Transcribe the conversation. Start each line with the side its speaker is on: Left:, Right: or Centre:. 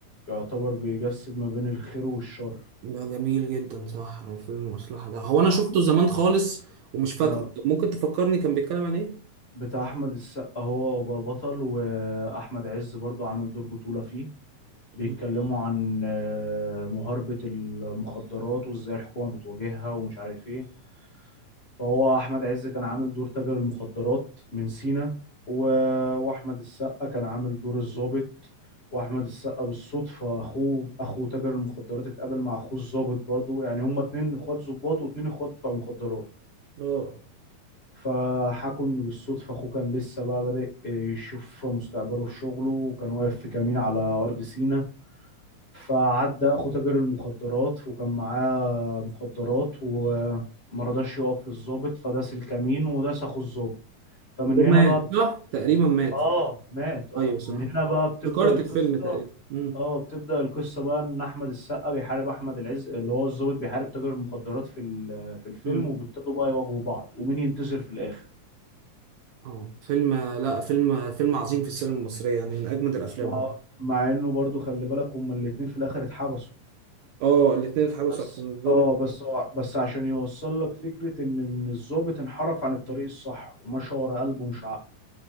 Left: يعتبر بيجسد ما بين الخير والشر
Right: ده جميل جدا صح هو فيلم المصلحة ده هو انا
Left: بتاع
Right: شفته
Left: أحمد
Right: زمان خالص ومش فاكره
Left: اه
Right: طب ممكن تفكرني كان بيتكلم عن ايه
Left: بتاع أحمد السقا هو بطل وأحمد عز برضو عامل دور بطولة فيه بيتكلموا
Right: مم.
Left: عن آه، مهاربة المخدرات وازاي الحكومة بتواجهها ومش عارف ايه فهو احمد عز كان عامل دور تاجر المخدرات من سينا و... واحمد السقا كان عامل دور الضابط واحمد السقا بالصدفة اخوه اخو تاجر المخدرات اتقابل مع اخوه الضابط برضو يعني هما اتنين اخوات ضباط واتنين اخوات بتوع مخدرات
Right: اه
Left: فحكوا ان بالصدفة اخوه كان لسه بقى بادئ يشوف مستقبله في شغله وكان واقف في كمين على ارض سينا فعدى اخو تاجر المخدرات وكان معاه مخدرات وما رضاش يقف للظابط فداس الكمين وداس اخو الظابط فمن
Right: ومات
Left: هنا بقى بت...
Right: صح تقريبا مات
Left: اه مات اه
Right: ايوه صح
Left: من هنا بقى بتبدأ
Right: ذكرت
Left: القصة
Right: الفيلم تقريبا امم
Left: اه بتبدأ القصة بقى ان احمد السقا بيحارب احمد العز اللي هو الظابط بيحارب تاجر المخدرات في ال- في الفيلم
Right: امم
Left: وبيبتدوا بقى يواجهوا بعض ومين ينتصر في الاخر
Right: اه فيلم لا فيلم فيلم عظيم في السينما المصرية يعني من اجمد الافلام
Left: مع
Right: برضه.
Left: مع انه برضو خلي بالك هما الاتنين في الاخر اتحبسوا
Right: اه الاتنين اتحبسوا
Left: بس
Right: عشان الضابط
Left: اه بس هو- بس عشان يوصل لك فكرة ان ان الضابط انحرف عن الطريق الصح ومشى ورا قلبه مش عقله